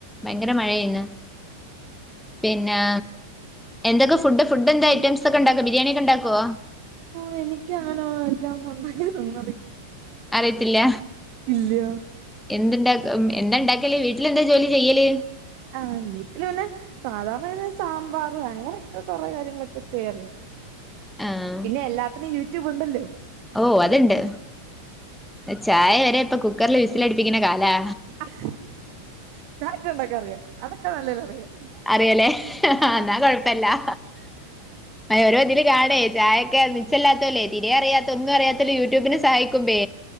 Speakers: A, in the centre; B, on the right (about 45°).
A: ഭയങ്കര മഴയേന്ന് പിന്നെ എന്തൊക്കെ ഫു ഫുഡ്‌ ഫുഡിന്റെ ഐറ്റംസ് ക്കെ ണ്ടാക്കോ ബിരിയാണി ക്കെ ണ്ടാക്കോ?
B: ഓഹ് എനിക്ക് അങ്ങനെ എല്ലാം ഒന്നും ണ്ടാക്കാൻ ഒന്നും അറി
A: അറിയത്തില്ല?
B: ഇല്ല്യ.
A: എന്ത് ണ്ടാക്ക എന്താ ണ്ടാക്കല് വീട്ട്ല് എന്താ ജോലി ചെയ്യല്?
B: ആഹ് വീട്ട്ല് ആണ് സാധാരണ ഞാൻ സാമ്പാറ് അങ്ങനെ ഒക്കെ കൊറെ കാര്യങ്ങള് ക്കെ ചെയ്യാൻ അറിയും.
A: ആഹ്
B: പിന്നെ എല്ലാത്തിനും യൂട്യൂബ് ഉണ്ടല്ലോ?
A: ഓഹ് അത്ണ്ട് ചായ വരെ പ്പൊ കുക്കർൽ വിസിലടിപ്പിക്ക്ണ കാലാ.
B: <unintelligible> ചായ ഒക്കെ ണ്ടാക്കാൻ അറിയാ അതക്കെ നല്ലോല അറിയാ.
A: അറിയല്ലേ? ന്നാ കൊഴ പെല്ലാ ഓരോ ത്‌ല് കാണേ ചായൊക്കെ നിച്ചല്ലാത്തോലേ ഇനി അറിയാത്ത ഒന്നും അറിയാത്ത ല് യൂട്യൂബിന് സഹായിക്കുമ്പേ